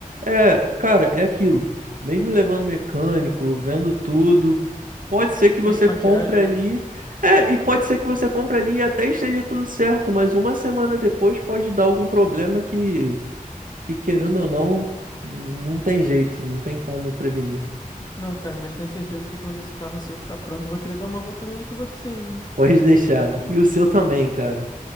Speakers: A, on the right; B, on the left.
A: É, cara, é aquilo. Mesmo levando mecânico, vendo tudo, pode ser que você
B: Tem maquiagem,
A: compre ali.
B: né?
A: É, e pode ser que você compre ali e até esteja tudo certo, mas uma semana depois pode dar algum problema que, que querendo ou não, não tem jeito, não tem como prevenir.
B: Não, cara, mas tenho certeza que quando esse carro seu ficar pronto, eu vou querer dar uma volta nele com você, hein?
A: <laughs> Pode deixar. E o seu também, cara.